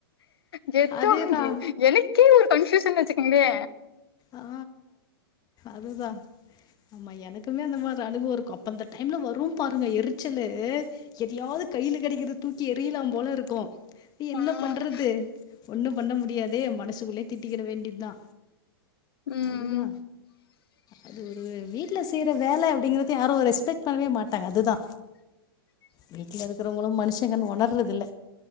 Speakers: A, on the left; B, on the left.
A: கெத்தா
B: அதேதா
A: வாங்கி எனக்கே ஒரு கன்ஃபியூஷன் வச்சி கிங்ளே
B: ஆ அதுதா ஆமா எனக்குமே அந்த மாரி அனுபவோ இருக்கு அப்ப அந்த டைம் வரும் பாருங்க எரிச்சலு எதையாவது கையில கடைக்கிறத தூக்கி எரியலாம் போல இருக்கு சரி என்ன
A: ம்.
B: பண்றது ஒன்னும் பண்ண முடியாதே மனசுக்குள்ளே திட்டிக்கிற வேண்டியதா
A: ம்.
B: அதுதா அது ஒரு வீட்ல செய்யற வேல அப்டிங்கறத யாரு ரெஸ்பெக்ட் பண்ணவே மாட்டாங்க அதுதா வீட்ல இருக்கறவுங்களு மனுஷங்கன்னு ஒணர்றது இல்ல